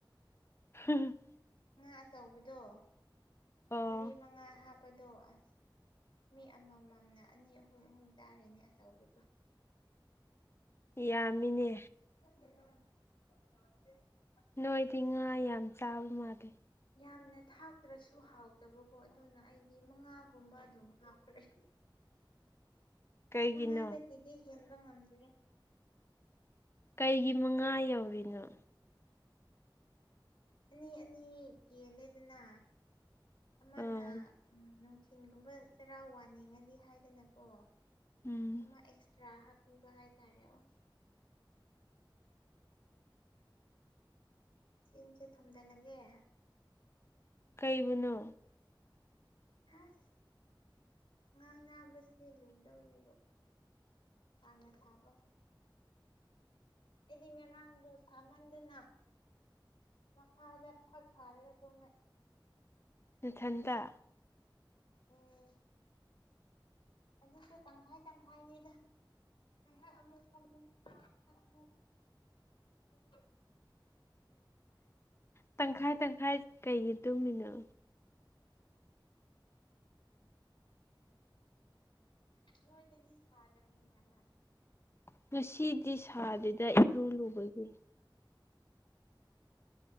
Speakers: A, on the left; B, on the left.
A: <inaudible>
B: ꯉꯥ ꯑꯆꯧꯕꯗꯣ
A: ꯑꯣ
B: ꯃꯔꯤ ꯃꯉꯥ ꯍꯥꯞꯄꯗꯣ ꯑꯁ ꯃꯤ ꯑꯃꯃꯝꯅ ꯑꯅꯤ ꯑꯍꯨꯝ ꯑꯍꯨꯝ ꯆꯥꯔꯤꯅꯦ ꯑꯆꯧꯕꯗꯨ
A: ꯌꯥꯝꯃꯤꯅꯦ
B: ꯎꯝ <unintelligible>
A: ꯅꯣꯏꯗꯤ ꯉꯥ ꯌꯥꯝ ꯆꯥꯕ ꯃꯥꯜꯂꯦ
B: ꯌꯥꯝꯅ ꯊꯥꯛꯇ꯭ꯔꯁꯨ ꯍꯥꯎꯇꯕꯀꯣ ꯑꯗꯨꯅ ꯑꯩꯗꯤ ꯃꯉꯥꯒꯨꯝꯕ ꯑꯗꯨꯝ ꯍꯥꯞꯈ꯭ꯔꯦ
A: <unintelligible> ꯀꯩꯒꯤꯅꯣ
B: ꯃꯉꯥꯗꯒꯤꯗꯤ ꯍꯦꯟꯕ ꯉꯝꯗ꯭ꯔꯦ
A: ꯀꯩꯒꯤ ꯃꯉꯥ ꯌꯧꯔꯤꯅꯣ
B: ꯑꯅꯤ ꯑꯅꯤ ꯌꯦꯜꯂꯦꯗꯅ ꯑꯃꯅ
A: ꯑꯥ
B: ꯅꯨꯡꯊꯤꯟꯒꯨꯝꯕ ꯆꯔꯥ ꯋꯥꯅꯤꯡꯉꯗꯤ ꯍꯥꯏꯗꯅꯀꯣ
A: ꯎꯝ
B: ꯑꯃ ꯑꯦꯛꯁꯇ꯭ꯔꯥ ꯄꯤꯕ ꯍꯥꯏ ꯇꯥꯔꯦꯑꯣꯣ ꯆꯤꯟꯁꯦ ꯊꯣꯝꯖꯤꯜꯂꯒꯦ
A: ꯀꯩꯕꯨꯅꯣ
B: ꯍꯁ ꯉꯥꯡ ꯅꯥꯕꯁꯦ ꯂꯨꯗꯧꯔꯤꯕꯣ ꯍꯥꯟꯅ ꯁꯥꯕꯒ ꯑꯩꯗꯤ ꯉꯔꯥꯡꯗꯣ ꯁꯥꯃꯟꯗꯅ ꯃꯈꯥꯗ ꯐꯛ ꯊꯥꯔꯒ ꯇꯨꯝꯃꯦ
A: ꯃꯊꯟꯇ
B: ꯎꯝ ꯑꯗꯨꯁꯨ ꯇꯪꯈꯥꯏ ꯇꯪꯈꯥꯏꯅꯤꯗ <unintelligible>
A: ꯇꯪꯈꯥꯏ ꯇꯪꯈꯥꯏ ꯀꯩꯒꯤ ꯇꯨꯝꯃꯤꯅꯣ
B: ꯅꯣꯏꯗꯗꯤ ꯁꯥꯗ꯭ꯔ ꯑꯗꯨꯃꯥꯏꯅ
A: ꯉꯁꯤꯗꯤ ꯁꯥꯗ꯭ꯔꯤꯗ ꯏꯔꯨ ꯂꯨꯕꯒꯤ